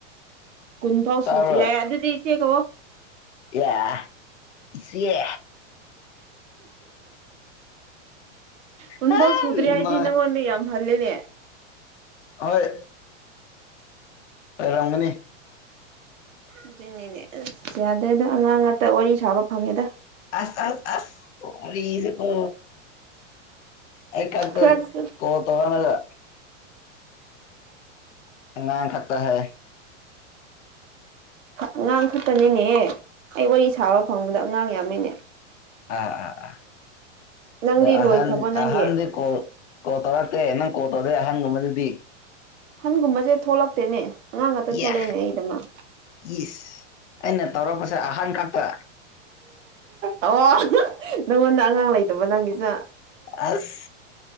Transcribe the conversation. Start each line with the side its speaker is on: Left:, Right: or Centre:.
Right: ꯀꯨꯟꯐꯧ
Left: ꯇꯥꯕ꯭ꯔꯣ
Right: ꯁꯨꯗ꯭ꯔꯤ ꯍꯦ ꯑꯗꯨꯗꯤ ꯏꯆꯦ ꯀꯧꯑꯣ
Left: ꯌꯥ ꯏꯆꯦ
Right: ꯀꯟꯐꯥꯎ
Left: ꯍꯥ
Right: ꯁꯨꯗ꯭ꯔꯤ ꯍꯥꯏꯗꯤ
Left: ꯃꯥ
Right: ꯅꯪꯉꯣꯟꯗ ꯌꯥꯝ ꯍꯜꯂꯦꯅꯦ
Left: ꯍꯣꯏ ꯑꯣꯏꯔꯝꯒꯅꯤ
Right: ꯑꯗꯨꯏꯅꯤꯅꯦ ꯑꯁ ꯌꯥꯗ꯭ꯔꯦꯗ ꯑꯉꯥꯡ ꯉꯥꯛꯇ ꯋꯥꯔꯤ ꯁꯥꯕ ꯐꯪꯉꯦꯗ
Left: ꯑꯁ ꯑꯁ ꯑꯁ ꯋꯔꯤꯗꯤꯀꯣ ꯑꯩ ꯈꯛꯇꯛ
Right: ꯈꯔꯁꯨ
Left: ꯀꯣꯜ ꯇꯧꯔꯍꯜꯂꯥ ꯑꯉꯥꯡ ꯈꯛꯇꯥ ꯍꯥꯏꯌꯦ
Right: ꯑꯉꯥꯡ ꯈꯛꯇꯅꯤꯅꯦ ꯑꯩ ꯋꯥꯔꯤ ꯁꯥꯕ ꯐꯪꯕꯗꯣ ꯑꯉꯥꯡ ꯌꯥꯝꯃꯤꯅꯦ
Left: ꯑꯥ ꯑꯥ ꯑꯥ
Right: ꯅꯪꯗꯤ ꯂꯣꯏꯈ꯭ꯔꯕꯣ
Left: ꯑꯍꯟ
Right: ꯅꯪꯒꯤ
Left: ꯑꯍꯟ ꯗꯤ ꯀꯣꯜ ꯀꯣꯜ ꯇꯧꯔꯛꯇꯦ ꯅꯪ ꯀꯣꯜ ꯇꯧꯔꯦ ꯑꯍꯟꯒꯨꯝꯕꯗꯨꯗꯤ
Right: ꯍꯟꯒꯨꯝꯕꯁꯦ ꯊꯣꯛꯂꯛꯇꯦꯅꯦ ꯑꯉꯥꯡ ꯉꯥꯛꯇ ꯊꯣꯛꯂꯛꯏꯅꯦ
Left: ꯌꯥ
Right: ꯑꯩꯗꯃꯛ
Left: ꯏꯁ ꯑꯩꯅ ꯇꯧꯔꯛꯄꯁꯦ ꯑꯍꯥꯟ ꯈꯛꯇ
Right: ꯑꯣ ꯅꯪꯉꯣꯟꯗ ꯑꯉꯥꯡ ꯂꯩꯇꯕ ꯅꯪꯒꯤꯁꯨ
Left: ꯑꯁ